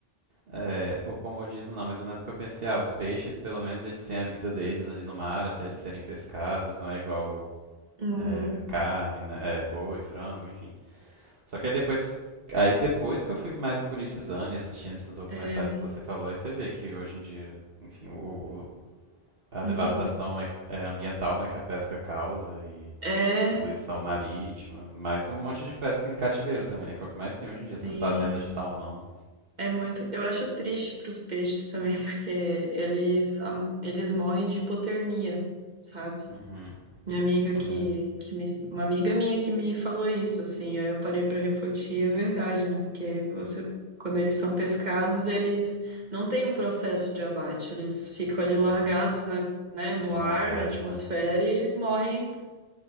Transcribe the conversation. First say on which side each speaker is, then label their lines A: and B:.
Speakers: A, on the right (about 65°); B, on the right (about 45°).
A: é, por comodismo não, mas eu lembro que eu pensei, ah, os peixes pelo menos eles têm a vida deles ali no mar até eles serem pescados, não é igual
B: Uhum.
A: é, carne, né? É, boi, frango, enfim. Só que aí depois, aí depois que eu fui mais politizando e assistindo esses documentários
B: É.
A: que você falou, aí você vê que hoje em dia, enfim, o, o- a
B: Uhum.
A: devastação é, é ambiental, né, que a pesca causa e
B: É.
A: poluição marítima, mas um monte de pesca em cativeiro também, né, que é o que mais tem hoje em dia, essas
B: Sim.
A: fazendas de salmão.
B: É muito, eu acho triste para os peixes também, <laughs> porque eles, am- eles morrem de hipotermia, sabe?
A: Uhum,
B: Minha amiga que,
A: é,
B: que me, uma amiga minha que me falou isso, assim, aí eu parei para refletir, é verdade, né? Porque você, quando eles são pescados, eles não têm um processo de abate, eles ficam ali largados
A: uhum.
B: na, né, no
A: No
B: ar,
A: convés,
B: na atmosfera,
A: né?
B: e eles morrem